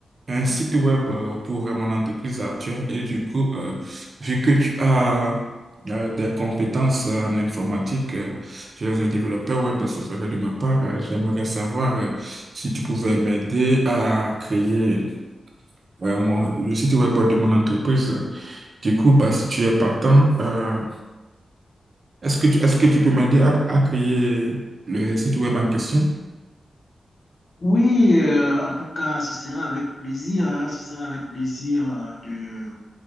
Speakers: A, on the right; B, on the left.
A: un site web euh, pour euh, mon entreprise actuelle et du coup, euh, vu que tu as euh, des compétences euh, en informatique, euh, tu es un développeur web, ce serait de ma part, euh, j'aimerais savoir euh, si tu pouvais m'aider à créer euh, mon- le site web de mon entreprise. Du coup, bah, si tu es partant, euh, Est-ce que tu, est-ce que tu peux m'aider à, à créer le site web en question?
B: Oui, euh, en tout cas, ce sera avec plaisir, hein, ce sera avec plaisir euh, de,